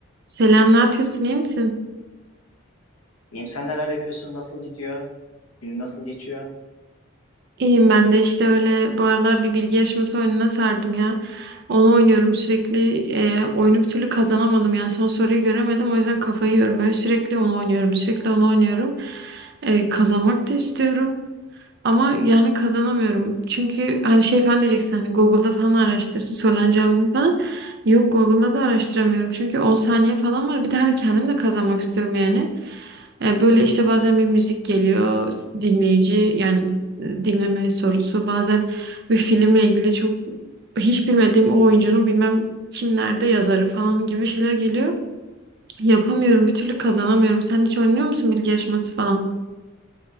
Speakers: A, on the right (about 50°); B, on the left (about 90°).
A: Selam, ne yapıyorsun? İyi misin?
B: İyiyim sen neler yapıyorsun? Nasıl gidiyor? Günün nasıl geçiyor?
A: İyiyim ben de işte öyle bu aralar bir bilgi yarışması oyununa sardım ya. Onu oynuyorum sürekli. e, oyunu bir türlü kazanamadım yani son soruyu göremedim o yüzden kafayı yiyorum. Böyle sürekli onu oynuyorum, sürekli onu oynuyorum. E, kazanmak da istiyorum. Ama yani kazanamıyorum. Çünkü hani şey falan diyeceksin hani Google'da falan araştır söylen cevabımı falan. Yok Google'da da araştıramıyorum. Çünkü 10 saniye falan var. Bir de hani kendim de kazanmak istiyorum yani. E, böyle işte bazen bir müzik geliyor s- dinleyici yani e, dinleme sorusu. Bazen bir filmle ilgili çok hiç bilmediğim o oyuncunun bilmem kimlerde yazarı falan gibi şeyler geliyor. Yapamıyorum bir türlü kazanamıyorum. Sen hiç oynuyor musun bilgi yarışması falan?